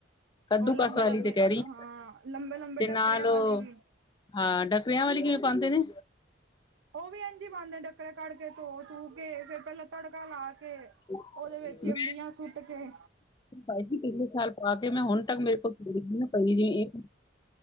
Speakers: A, on the left; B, on the right.
A: ਕੱਦੂ
B: ਉਹ ਲੰਬੇ
A: ਕਸ ਵਾਲੀ
B: ਲੰਬੇ
A: ਤੇ ਕਹਿ ਰਹੀ
B: ਹਾਂ
A: ਆ
B: ਲੰਬੇ ਲੰਬੇ
A: ਤੇ
B: ਡੱਕਰਿਆਂ
A: ਨਾਲ ਉਹ
B: ਵਾਲੀ ਵੀ।
A: ਹਾਂ ਡੱਕਰਿਆਂ ਵਾਲੀ ਕਿਵੇਂ ਪਾਉਂਦੇ ਨੇ
B: ਉਹ ਵੀ ਇਹਿੰਦੀ ਬਣਦੇ ਡੱਕਰੇ ਕੱਢਕੇ ਧੋ ਧੂ ਕੇ ਫੇਰ ਪਹਿਲਾਂ ਤੜਕਾ ਲਾ ਕੇ
A: ਮੈਂ
B: ਉਹਦੇ ਵਿੱਚ ਅੰਬੀਆਂ ਸੁੱਟ ਕੇ
A: ਬਾਈ ਜੀ ਪਿਛਲੇ ਸਾਲ ਆ ਕੇ ਮੈਂ ਹੁਣ ਤੱਕ ਮੇਰੇ ਕੋਲ ਪਈ।